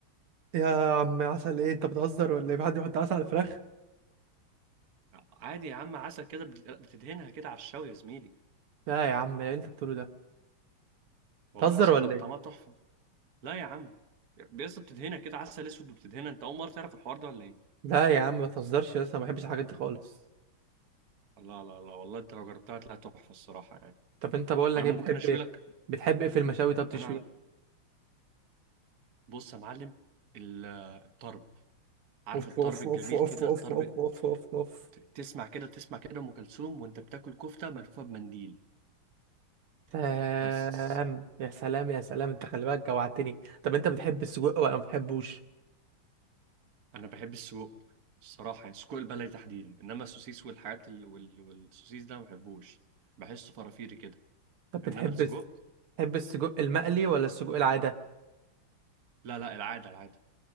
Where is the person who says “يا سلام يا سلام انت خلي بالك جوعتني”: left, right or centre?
Right